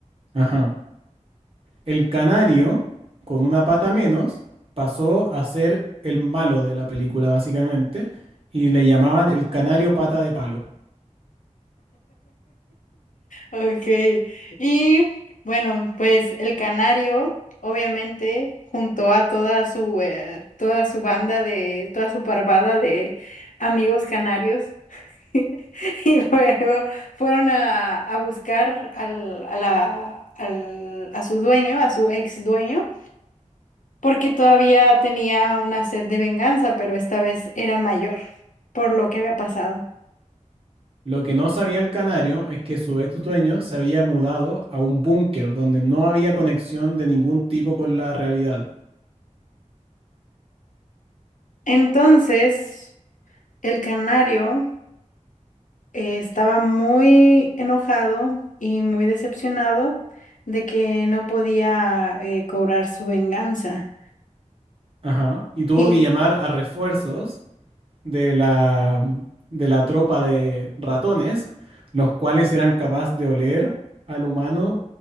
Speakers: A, on the right (about 45°); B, on the left (about 80°).
A: ajá, el canario, con una pata menos, pasó a ser el malo de la película, básicamente, y le llamaban el canario pata de palo.
B: Ok. Y bueno, pues el canario, obviamente, junto a toda su eh, toda su banda de, toda su parvada de amigos canarios. <laughs> Y luego fueron a, a buscar al, a la- al- a su dueño, a su ex dueño, porque todavía tenía una sed de venganza, pero esta vez era mayor por lo que había pasado.
A: Lo que no sabía el canario es que su ex dueño se había mudado a un búnker donde no había conexión de ningún tipo con la realidad.
B: Entonces, el canario. eh, estaba muy enojado y muy decepcionado de que no podía eh, cobrar su venganza.
A: Ajá. Y tuvo
B: Y
A: que llamar a refuerzos de la, de la tropa de ratones, los cuales eran capaces de oler al humano